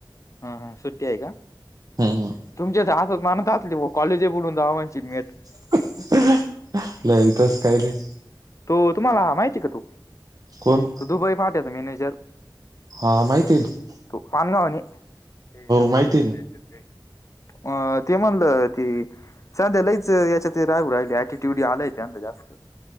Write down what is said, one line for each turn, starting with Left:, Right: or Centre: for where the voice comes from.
Left: हा. हा. सुट्टी आहे का?
Right: हम्म
Left: तुमच्यात असंम्हणत असतील. कॉलेज बुडवून जावा <unintelligible>
Right: <unintelligible> नाही तसं काही नाही.
Left: तो तुम्हाला माहितीये का? तो
Right: कोण
Left: तो दुबई फाट्याचा मॅनेजर.
Right: हा माहिती आहे तू
Left: तुफान <unintelligible>
Right: माहिती आहे ना
Left: अ ते म्हणलं, ती सध्या लईच याच्यात हे राहू राहिली एटी एवढी आले त्यांचं जास्त.